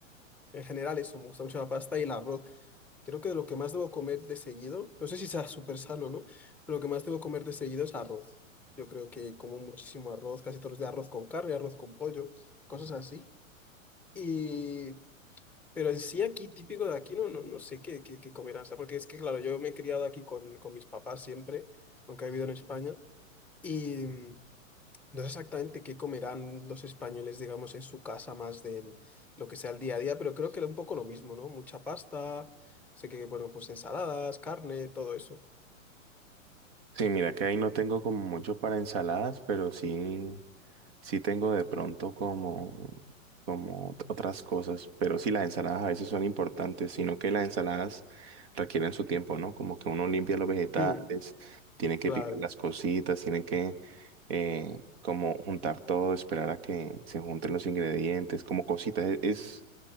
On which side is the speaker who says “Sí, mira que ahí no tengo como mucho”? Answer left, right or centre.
Right